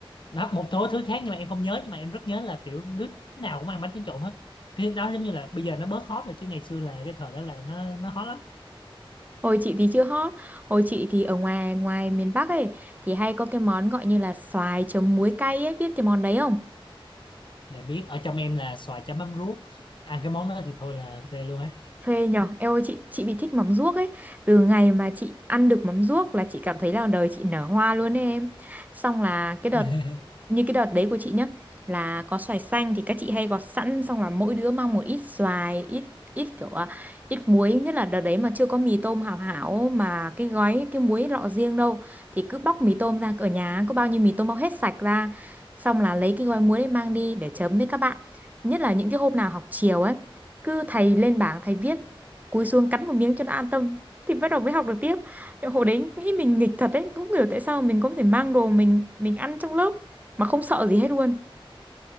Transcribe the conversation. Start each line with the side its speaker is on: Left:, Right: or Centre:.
Left: đó, một số thứ khác nhưng mà em không nhớ nhưng mà em rất nhớ là kiểu đứa nào cũng ăn bánh tráng trộn hết cái đó giống như là bây giờ nó bớt hot rồi chứ ngày xưa là cái thời đó là nó nó hot lắm
Right: Hồi chị thì chưa hot. Hồi chị thì ở ngoài ngoài miền Bắc ấy thì hay có cái món gọi như là xoài chấm muối cay ấy, biết cái món đấy không?
Left: dạ biết ở trong em là xoài chấm mắm ruốc ăn cái món đó thì thôi là phê luôn á
Right: Phê nhở Em ơi chị chị bị thích mắm ruốc ấy Từ ngày mà chị ăn được mắm ruốc Là chị cảm thấy là đời chị nở hoa luôn ấy em Xong là cái đợt
Left: <laughs>
Right: Như cái đợt đấy của chị nhá Là có xoài xanh thì các chị hay gọt sẵn Xong là mỗi đứa mang một ít xoài Ít ít kiểu à, ít muối Nhất là đợt đấy mà chưa có mì tôm hảo hảo Mà cái gói cái muối lọ riêng đâu Thì cứ bóc mì tôm ra Ở nhà có bao nhiêu mì tôm bóc hết sạch ra Xong là lấy cái gói muối đấy mang đi Để chấm với các bạn Nhất là những cái hôm nào học chiều ấy cứ thầy lên bảng thầy viết cúi xuống cắn một miếng cho nó an tâm thì bắt đầu mới học được tiếp hồi đấy nghĩ mình nghịch thật đấy cũng không hiểu tại sao mình có thể mang đồ mình mình ăn trong lớp mà không sợ gì hết luôn